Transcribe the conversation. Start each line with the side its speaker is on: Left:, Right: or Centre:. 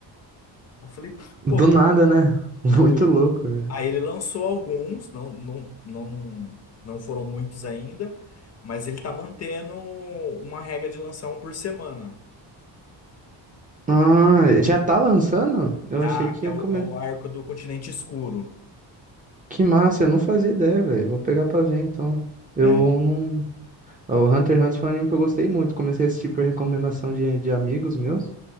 Left: Aí Eu falei, pô,
Right: Do nada, né? <laughs> Muito
Left: foi.
Right: louco, velho.
Left: Aí ele lançou alguns, não, não, não, não foram muitos ainda, mas ele tá mantendo uma regra de lançar um por semana,
Right: Ah, já tá lançando? Eu
Left: já
Right: achei que
Left: que
Right: ia
Left: é o,
Right: comer.
Left: é o arco do Continente Escuro,
Right: Que massa, eu não fazia ideia, velho. Vou pegar pra ver, então. Eu
Left: né?
Right: não. O Hunter x Hunter foi um anime que eu gostei muito. Comecei a assistir por recomendação de, de amigos meus.